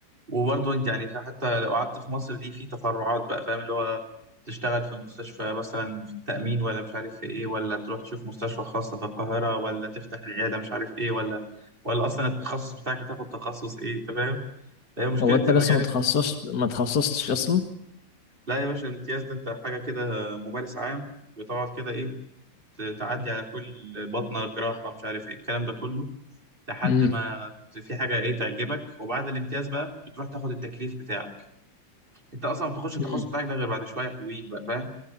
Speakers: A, on the right (about 25°); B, on the left (about 50°).
A: وبرضه انت يعني حتى لو قعدت في مصر دي في تفرعات بقى فاهم اللي هو تشتغل في مستشفى مثلا في التأمين ولا مش عارف في ايه ولا تروح تشوف مستشفى خاصة في القاهرة ولا تفتح العيادة مش عارف ايه ولا ولا اصلا التخصص بتاعك هتاخد تخصص ايه انت فاهم هي مشكلة
B: هو انت
A: المجال
B: لسه ما تخصصت ما تخصصتش اصلا
A: لا يا باشا الامتياز ده انت حاجة كده ممارس عام بتقعد كده ايه ت- تعدي على كل بطنة جراحة مش عارف ايه الكلام ده كله لحد
B: امم
A: ما ت- في حاجه ايه تعجبك وبعد الامتياز بقى بتروح تاخد التكليف بتاعك انت اصلا ما بتخش التخصص
B: امم
A: بتاعك ده غير بعد شويه حلوين بقى فاهم